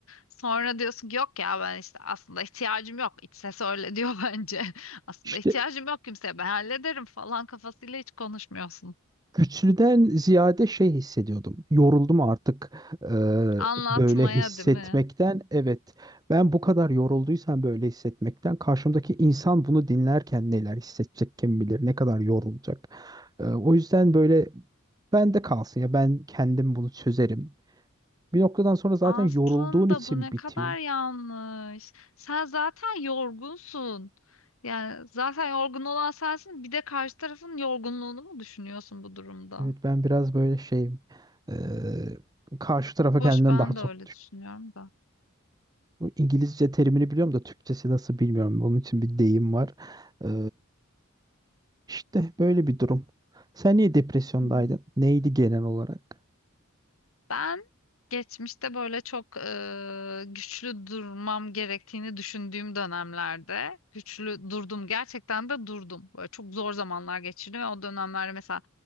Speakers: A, on the left (about 70°); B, on the right (about 15°).
A: sonra diyorsun ki yok ya ben işte aslında ihtiyacım yok İç ses öyle diyor <laughs> bence aslında
B: İşte
A: ihtiyacım yok kimseye ben hallederim falan kafasıyla hiç konuşmuyorsun
B: Güçlüden ziyade şey hissediyordum. Yoruldum artık eee,
A: anlatmaya
B: böyle hissetmekten.
A: değil mi?
B: Evet, ben bu kadar yorulduysam böyle hissetmekten, karşımdaki insan bunu dinlerken neler hissedecek kim bilir, ne kadar yorulacak. Eee, o yüzden böyle ben de kalsın ya ben kendim bunu çözerim. Bir noktadan sonra zaten
A: Aslında
B: yorulduğun için
A: bu ne
B: bitiyor.
A: kadar yanlış. Sen zaten yorgunsun. Yani zaten yorgun olan sensin. Bir de karşı tarafın yorgunluğunu mu düşünüyorsun bu durumda?
B: Evet, ben biraz böyle şeyim. Eee, karşı tarafa
A: Hoş
B: kendimden
A: ben
B: daha çok
A: de öyle düşünüyorum da.
B: Bu İngilizce terimini biliyorum da Türkçesi nasıl bilmiyorum. Onun için bir deyim var. Ee, işte böyle bir durum. Sen niye depresyondaydın?
A: Hmm.
B: Neydi genel olarak?
A: Ben geçmişte böyle çok e, güçlü durmam gerektiğini düşündüğüm dönemlerde güçlü durdum. Gerçekten de durdum. Böyle çok zor zamanlar geçirdim ve o dönemlerde mesela